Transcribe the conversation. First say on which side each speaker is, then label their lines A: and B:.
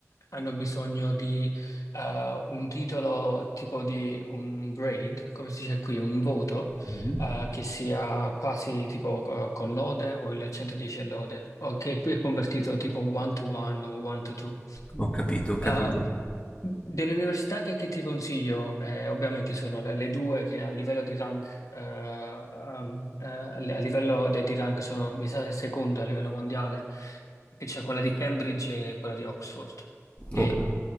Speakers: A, on the left; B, on the left.
A: hanno bisogno di eh, un titolo tipo di un grade, come si dice qui, un voto
B: Mhm.
A: eh, che sia quasi tipo eh, con lode o il 110 e lode, o che qui è convertito tipo one to one o one to two.
B: Ho capito, ho capito.
A: Ah, delle università che, che ti consiglio, eh, ovviamente sono le, le due che a livello di rank, eh, um, eh, a livello de- di rank sono, mi sa, seconda a livello mondiale, che c'è quella di Cambridge e quella di Oxford, che,
B: Ho cap-